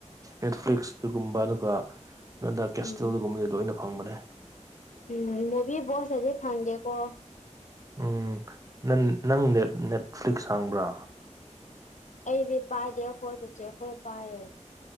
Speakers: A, on the right; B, on the left.
A: ꯅꯦꯠꯐ꯭ꯂꯤꯛꯁꯇꯨꯒꯨꯝꯕ ꯑꯗꯨꯒ ꯅꯣꯟꯗ ꯀꯦꯁꯇꯦꯜꯒꯨꯝꯕꯗꯤ
B: ꯎꯝ
A: ꯂꯣꯏꯅ ꯐꯪꯕꯅꯦ
B: ꯎꯝ ꯃꯨꯚꯤ ꯕꯣꯛꯁ ꯇꯗꯤ ꯐꯪꯗꯦꯀꯣ
A: ꯎꯝ ꯅꯟ ꯅꯪ ꯅꯦꯠ ꯅꯦꯠꯐ꯭ꯂꯤꯛꯁ ꯍꯥꯡꯕ꯭ꯔꯥ
B: ꯑꯩꯗꯤ ꯄꯥꯏꯗꯦ ꯑꯩꯈꯣꯏ ꯆꯦꯆꯦ ꯈꯣꯏ ꯄꯥꯏꯌꯦ